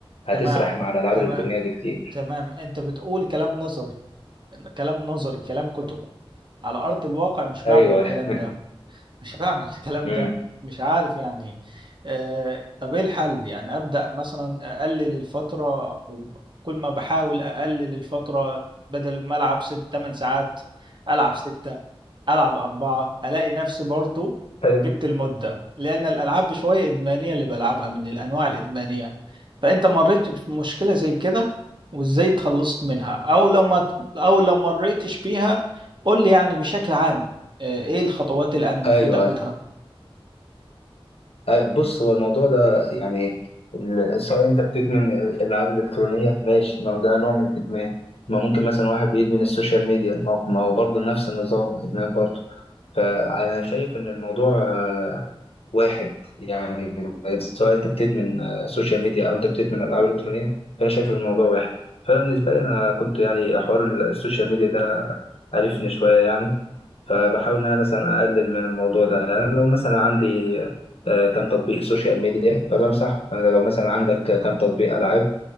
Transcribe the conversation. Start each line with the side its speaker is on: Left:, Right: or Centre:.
Left: هتسرح
Right: تمام
Left: مع الالعاب
Right: تمام
Left: الالكترونيه دي كتير
Right: تمام انت بتقول كلام نظري كلام نظري كلام كتب على ارض الواقع مش بعمل
Left: ايوه
Right: الكلام
Left: <laughs>
Right: ده مش بعمل <laughs> الكلام
Left: أمم.
Right: ده مش عارف يعني آه طب ايه الحل يعني ابدا مثلا اقلل الفتره وكل ما بحاول اقلل الفتره بدل ما العب ست تمن ساعات العب ستة العب أربعة الاقي نفسي برضو
Left: حلو
Right: جبت المده لان الالعاب بشويه ادمانيه اللي بلعبها من الانواع الادمانيه فانت مريت بمشكله زي كده وازاي اتخلصت منها او لو ما او لو مريتش بيها قول لي يعني بشكل عام آه، ايه الخطوات اللي انا المفروض
Left: ايوه
Right: اخدها
Left: أيوة. بص هو الموضوع ده يعني ال- سواء انت بتدمن الالعاب الالكترونيه ماشي ما هو ده نوع من الادمان ما ممكن مثلا واحد بيدمن السوشيال ميديا ما هو ما هو برضه نفس النظام ادمان برضه فأنا شايف إن الموضوع آه، واحد يعني سواء أنت بتدمن آه، سوشيال ميديا أو أنت بتدمن ألعاب إلكترونية فأنا شايف إن الموضوع واحد فأنا بالنسبة لي أنا كنت يعني حوار السوشيال ميديا ده عرفني شوية يعني فبحاول إن أنا مثلا أقلل من الموضوع ده يعني لو مثلا عندي آه، كام تطبيق سوشيال ميديا فبمسحه فأنا لو مثلا عندك كام تطبيق ألعاب